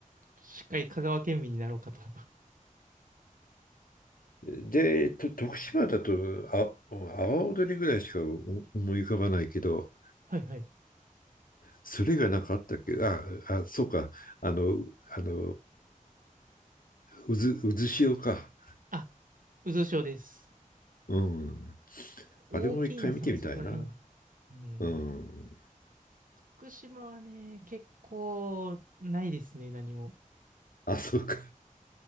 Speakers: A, on the right (about 75°); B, on the left (about 85°).
A: しっかり香川県民になろうかと。<laughs>
B: で、と徳島だと、あ、阿波踊りぐらいしか思い浮かばないけど、
A: はいはい。
B: それがなんかあったっけあ、あ、そうか、あの、あの、うず、うずしおか。
A: あ、渦潮です。
B: うん。
A: 大きいなさん、
B: あれも一回見てみたいな。
A: そこら辺。うん。
B: うん。
A: 福島はね、結構ないですね、何も。
B: あ、そうか。